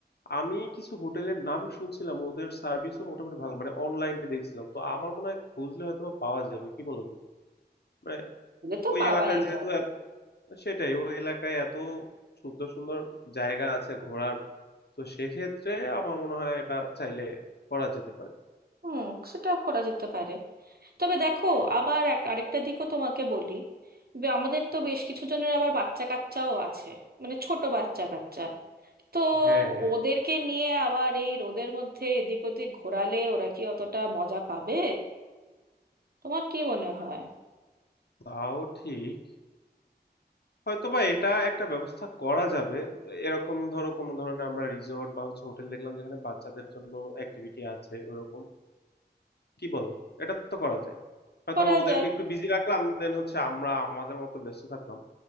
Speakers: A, on the left; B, on the right.
A: আমি কিছু হোটেলের নাম শুনছিলাম ওদের সার্ভিসও মোটামুটি ভালো মানে অনলাইনে দেখছিলাম তো আমার মনে হয় খুঁজলে হয়তো বা পাওয়া যাবে কি বলো তুমি মানে
B: গেলে তো
A: ওই
B: পাওয়াই
A: এলাকায় যেহেতু
B: যাবে
A: এত- সেটাই ওই এলাকায় এত সুন্দর সুন্দর জায়গা আছে ঘোরার তো সেক্ষেত্রে আমার মনে হয় এটা চাইলে করা যেতে পারে
B: হুম সেটা করা যেতে পারে তবে দেখো আবার এক আরেকটা দিকও তোমাকে বলি বে- আমাদের তো বেশ কিছু জনের আবার বাচ্চা কাচ্চাও আছে মানে ছোট বাচ্চা কাচ্চা তো
A: হ্যাঁ হ্যাঁ
B: ওদেরকে নিয়ে আবার এই রোদের মধ্যে এদিক ওদিক ঘোরালে ওরা কি অতটা মজা পাবে তোমার কি মনে হয়
A: তাও ঠিক হয়তোবা এটা একটা ব্যবস্থা করা যাবে এরকম ধরো কোনো ধরনের আমরা রিসোর্ট বা হচ্ছে হোটেল দেখলাম যেখানে বাচ্চাদের জন্য অ্যাক্টিভিটি আছে ওরকম কি বলো এটা তো করা যায় হয়তো
B: করা
A: ওদেরকে
B: যায়
A: একটু বিজি রাখলাম দেন হচ্ছে আমরা আমাদের মতো ব্যস্ত থাকলাম